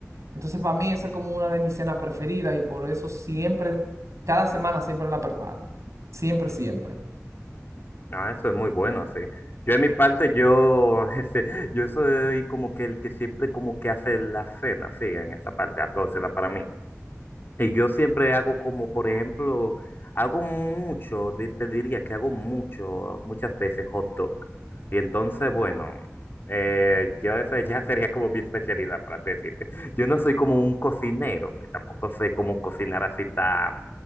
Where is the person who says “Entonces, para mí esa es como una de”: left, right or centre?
Right